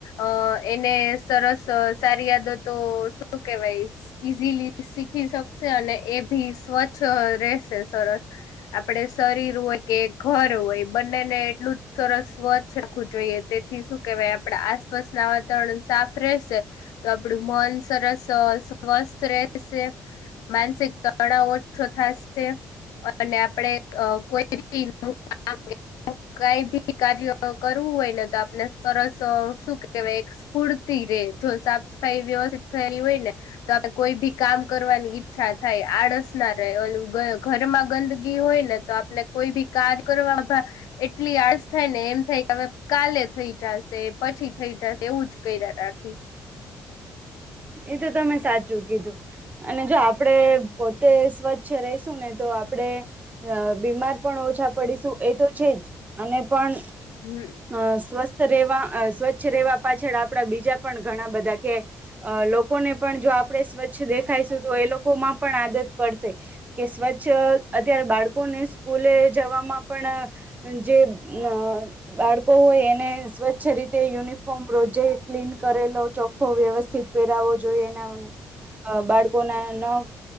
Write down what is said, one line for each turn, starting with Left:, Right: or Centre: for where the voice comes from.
Left: અહ એને સરસ સ સારી યાદો તો શું કેવાય ઈઝીલી શીખી શક કશે અને એ ભી સ્વચ્છ રહેશે સરસ આપડે શરીર હોય કે ઘર હોય બંનેને એટલું જ સરસ સ્વચ્છ રાખવું જોઈએ, તેથી શું કેહેવાય આપડા આસપાસના વાતાવરણ સાફ રહેશે તો આપડું મન સરસ અહ સ સ્વસ્થ રહેશે માનસિક તણાવ ઓછો થશે અને આ આપડે અ કોઈ બી <inaudible> કઈ બી કાર્ય કરવું હોય ને તો આપને સરસ અહ શું કેવાય સ્ફૂરતી જો સાફ સફાઈ વ્યવસ્થિત થયેલી હોય ને તો આપણે કોઈ ભી કામ કરવાની ઈચ્છા થાય આ ળસ ના રહે ઓલું ઘ ઘરમાં ગંદગી હોય ને તો આપણે કોઈ બી કાર કરવામાં એટલી આળસ થાય ને એમ થાય કે હવે કાલે થઈ જશે પછી થઈ જશે એવું જ કઈ અ અ રાખી
Right: એ તો તમે સાચું કીધું અને જો આપડે પોતે સ્વચ્છ રહીશું ને તો આપડે અ બીમાર પણ ઓછા પડીશું એ તો છે જ અને પણ
Left: હમ
Right: અ સ્વસ્ સ્થ રેવા સ્વચ્છ રહેેવા પાછળ આપણા બીજા પણ ઘણા બધા કે લોકોને પણ જો આપણે સ્વચ્છ દે ખાયશું તો એ લોકો માં પણ આદત પડશે કે સ્વચ્છ અત્યારે બાળ કોને સ્કૂલે જવામાં પણ જે અ બાળકો હોય એને સ્વચ્છ રીતે યુનિફોર્મ રોજ જે ક્લીન કરેલો ચોખ્ખો વ્યવસ્થિત પહેરાવો જોઈએ એના બાળકો ના નખ